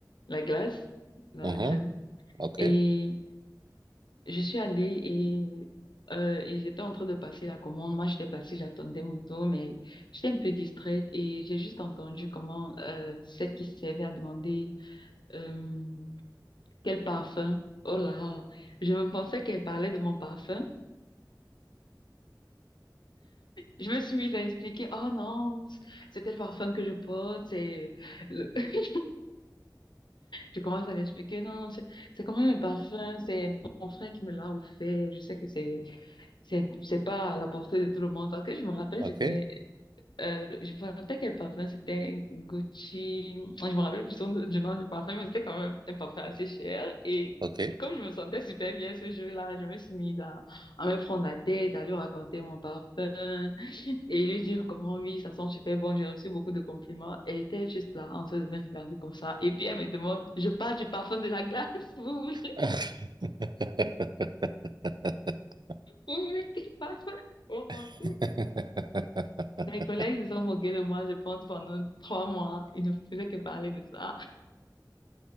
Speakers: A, on the left; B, on the right.
A: La glace, la
B: Mhm.
A: crème.
B: Ok,
A: Et je suis allée et euh, ils étaient en train de passer la commande. Moi, j'étais placée, j'attendais mon tour, mais j'étais un peu distraite et j'ai juste entendu comment euh, celle qui servait a demandé euh, quel parfum. Oh là, je me pensais qu'elle parlait de mon parfum. Je me suis mise à expliquer, oh non, c'était le parfum que je porte, c'est <laughs> Je commence à l'expliquer. Non, non, c'est c'est quand même un parfum. C'est mon frère qui me l'a offert. Je sais que c'est c'est c'est pas à la portée de tout le monde. Parce que je me rappelle,
B: ok,
A: c'était euh, le- je me rappelle quel parfum. C'était Gucci. Je me rappelle plus son- du nom du parfum, mais c'était quand même un parfum assez cher. Et
B: ok.
A: comme je me sentais super bien ce jour-là, je me suis mise à, à me prendre la tête, à lui raconter mon parfum et lui dire comment oui, ça sent super bon, j'ai reçu beaucoup de compliments. Elle était juste là, en train de me regarder comme ça. Et puis elle me demande, je parle du parfum de la glace, <laughs> vous voulez,
B: <laughs>
A: vous voulez quel parfum? Oh mon
B: <laughs>
A: Dieu. Mes collègues se sont moqués de moi, je pense, pendant trois mois. Ils ne faisaient que parler de ça.